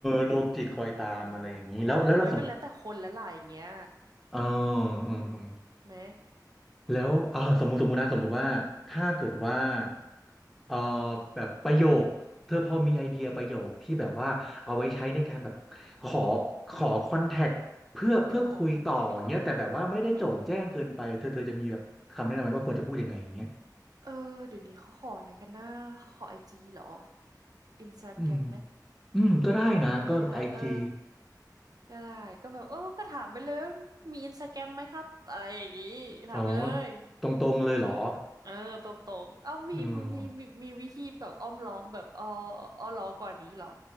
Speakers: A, in the centre; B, on the right.
A: โลจิตคอยตามอะไรอย่างนี้แล้วแล้วเราสมมติ
B: อืมอุ๊ยมันแล้วแต่คนและหลายอย่างเงี้ย
A: เออ
B: อืม
A: อืมอืม
B: ไหม
A: แล้วอ่าสมมุติสมมุตินะสมมุติว่าถ้าเกิดว่า
B: เออใช่
A: เออแบบประโยคเธอพอมีไอเดียประโยคที่แบบว่าเอาไว้ใช้ในการแบบขอขอคอนแทคเพื่อเพื่อคุยต่ออย่างเงี้ยแต่แบบว่าไม่ได้โจ่งแจ้งเกินไปเธอเธอจะมีแบบคำแนะนำไหมว่าควรจะพูดยังไงอย่างเงี้ย
B: ขอคอนแทคเหรอ อืมอืมเออเดี๋ยวนี้เขาขออะไรกันนะเขาขอไอจีเหรออินสตาแกรมไหม
A: อืมอืมก็ได้นะก็ไอจี
B: ไหมอ่ะเออได้ก็แบบเออก็ถามไปเลยมีอินสตาแกรมไหมครับอะไรอย่างงี้ถามไปเลย
A: อ๋อตรงๆเลยเหรอ
B: เออตรงๆเอ้ามีมีมีมีวิธีแบบอ้อมล้อมแบบอ้อ
A: อืม
B: อ้อล้อมกว่านนี้เหรอ